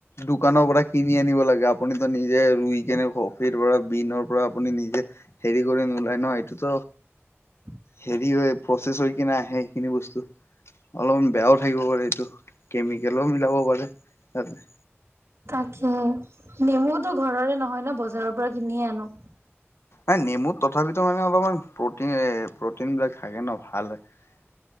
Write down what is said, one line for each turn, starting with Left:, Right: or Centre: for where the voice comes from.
Left: দোকানৰ পৰা কিনি আনিব লাগে। আপুনিতো নিজে ৰুই কেনে কফিৰ পৰা বিনৰ পৰা আপুনি নিজে হেৰি কৰি নোলায় ন এইটো। ছ
Right: <inaudible>
Left: হেৰি হয় প্ৰচেছ হৈ কিনে আহে সেইখিনি বস্তু অলপমান বেয়াও থাকিব পাৰে এইটো। কেমিকেলো মিলাব পাৰে তাত।
Right: তাকে নেমুতো ঘৰৰে নহয় ন বজাৰৰ পৰা কিনিয়ে আনো।
Left: এ নেমুত তথাপিতো মানে অলপমান প্ৰটিন প্ৰটিন বিলাক থাকে ন ভাল হয়।